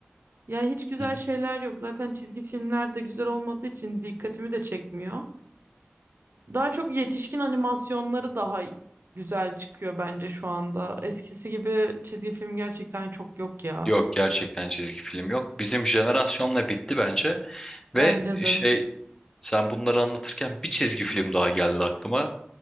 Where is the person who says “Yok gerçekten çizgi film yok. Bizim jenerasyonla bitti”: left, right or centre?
Left